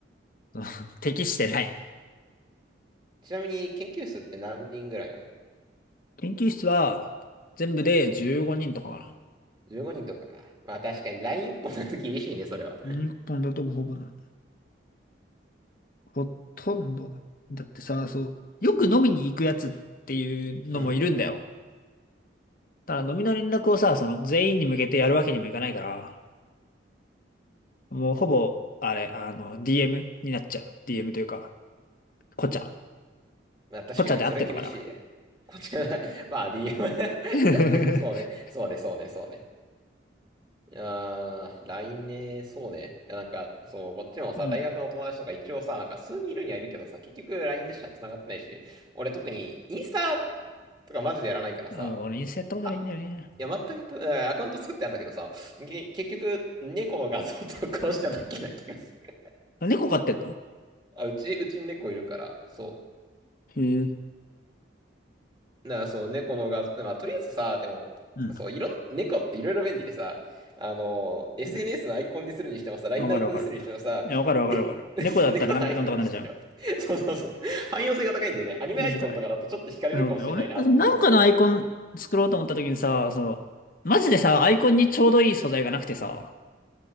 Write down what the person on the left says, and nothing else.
その <laughs> 適してない。
研究室は、全部で15人とかか
な。日本だともうほぼなんだ。ほとんどだ。だってさ、そう、よく飲みに行くやつっていうのもいるんだよ。
ただ飲みの連絡をさ、その全員に向けてやるわけにもいかないから、もうほぼ、あれ、あの、DM になっちゃう。DM というか、コチャ
コチャで合ってんのかな。
<laughs>
うん。
<laughs> あの、俺インスタやったことないんだよね。
あ、猫飼ってんの
へえ。
うん。
うん
わかるわかる。
いや、わかるわかるわかる。
猫だったらなん、
なんとかなるじゃん。
話せかい。そう俺なんかその、なんかのアイコン作ろうと思った時にさ、その、マジでさ、アイコンにちょうどいい素材がなくてさ、